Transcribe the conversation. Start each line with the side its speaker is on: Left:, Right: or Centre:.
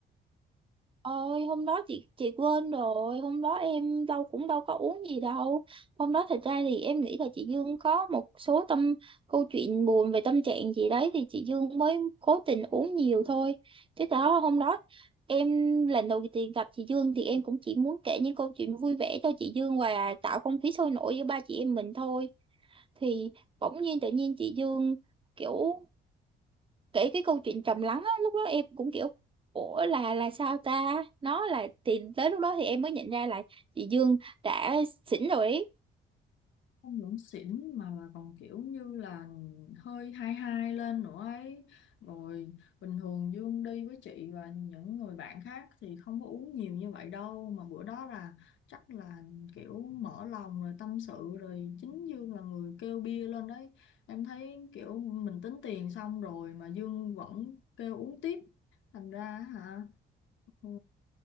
Right: Ôi hôm đó chị chị quên rồi hôm đó em đâu cũng đâu có uống gì đâu hôm đó thật ra thì em nghĩ là chị Dương có một số tâm câu chuyện buồn về tâm trạng gì đấy thì chị Dương mới cố tình uống nhiều thôi chứ thật đó hôm đó em lần đầu tiên gặp chị Dương thì em cũng chỉ muốn kể những câu chuyện vui vẻ cho chị Dương và tạo không khí sôi nổi giữa ba chị em mình thôi thì bỗng nhiên tự nhiên chị Dương kiểu kể cái câu chuyện trầm lắng á lúc đó em cũng kiểu ủa là là sao ta nó là thì tới lúc đó thì em mới nhận ra là chị Dương đã xỉn rồi ý
Left: không những xỉn mà mà còn kiểu như là hơi hai hai lên nữa ấy rồi bình thường Dương đi với chị và những người bạn khác thì không có uống nhiều như vậy đâu mà bữa đó là chắc là kiểu mở lòng rồi tâm sự rồi chính Dương là người kêu bia lên đấy em thấy kiểu mình tính tiền xong rồi mà Dương vẫn kêu uống tiếp thành ra hả ừ,